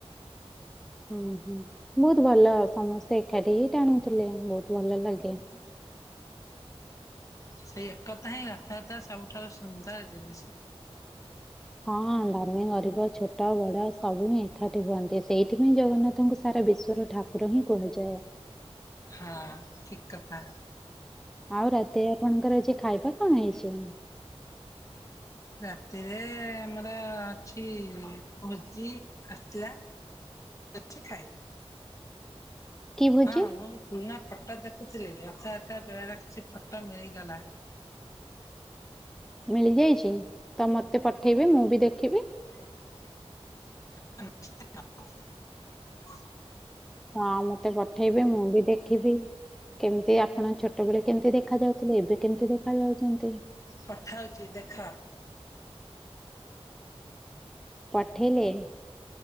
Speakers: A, in the centre; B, on the left.
A: ହୁଁ ହୁଁ। ବହୁତ ଭଲ ସମସ୍ତେ ଏକାଠି ହି ଟାଣୁଥିଲେ ବହୁତ ଭଲ ଲାଗେ
B: ସେଇ ଏକତା ହିଁ ରଥଯାତ୍ରା ସବୁଠାରୁ ସୁନ୍ଦର ଜିନିଷ।
A: ହଁ ଧନୀ ଗରିବ ଛୋଟ ବଡ ସବୁ ହିଁ ଏକାଠି ହୁଅନ୍ତି ସେଇଥିପାଇଁ ଜଗନ୍ନାଥଙ୍କୁ ସାରା ବିଶ୍ଵର ଠାକୁର ହିଁ କୁହାଯାଏ
B: ହଁ ଠିକ କଥା।
A: ଆଉ ରାତି ରେ ଆପଣଙ୍କର ଆଜି ଖାଇବା କଣ ହେଇଛି?
B: ରାତିରେ ଆମର ଅଛି ଭୋଜି ଆସିଥିଲା ଛି ଖାଇବ
A: କି ଭୋଜି
B: ହଁ ମୁଁ ପୁରୁଣା ଫଟୋ ଦେଖୁଥିଲି ରଥଯାତ୍ରା ବେଳର କିଛି ଫଟୋ ମିଳିଗଲା
A: ମିଳିଯାଇଛି ତ ମତେ ପଠେଇବେ ମୁଁ ବି ଦେଖିବି?
B: ହଁ ନିଶ୍ଚୟ।
A: ହଁ ମତେ ପଠେଇବେ ମୁଁ ବି ଦେଖିବି କେମିତି ଆପଣ ଛୋଟବେେଳେ କେମିତି ଦେଖା ଯାଉଥିଲେ ଏବେ କେମିତି ଦେଖା ଯାଉଛନ୍ତି?
B: ପଠାଉଚି ଦେଖ।
A: ପଠେଇଲେ?